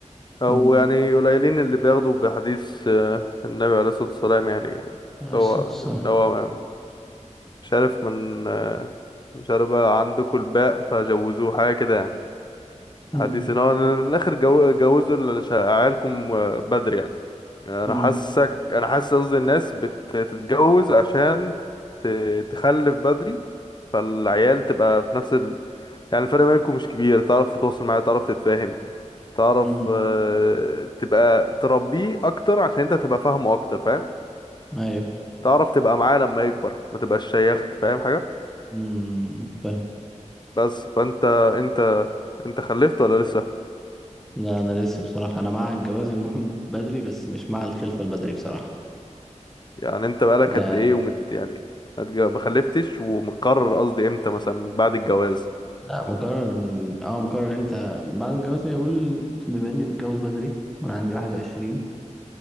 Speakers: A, on the left; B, in the centre.
A: او
B: امم
A: يعني قليلين اللي بياخدوا بحديث آه، النبي عليه الصلاة والسلام يعني
B: على
A: اللي
B: الصوت
A: هو
B: الصح
A: اللي هو مش عارف من آه، مش عارف بقى عندكم الباء فجوزوه حاجة كده يعني
B: امم
A: حديث ان هو من الاخر جو جوزوا اللي- عيالكم آه، بدري يعني
B: امم
A: انا حاسك انا حاسس قصدي الناس بتتجوز عشان ت- تخلف بدري فالعيال تبقى في نفس ال... يعني الفرق بينكم مش كبير تعرف تتواصل معاه تعرف تتفاهم تعرف
B: امم
A: آه، تبقى تربيه اكتر عشان انت تبقى فاهمه اكتر فاهم
B: ايوه
A: تعرف تبقى معاه لما يكبر ما تبقاش شيخت فاهم حاجة
B: امم فاهم
A: بس فانت انت انت خلفت ولا لسه
B: لا انا لسه بصراحه انا مع الجواز المهم <laughs> بدري بس مش مع الخلفه البدري بصراحه
A: يعني انت بقالك
B: يعني
A: قد ايه ومت يعني ما اتج- ما خلفتش ومقرر قصدي امتى مثلا من بعد الجواز
B: لا مقرر من اه مقرر امتى بعد الجواز يعني اقول بما اني بتجوز بدري وانا عندي 21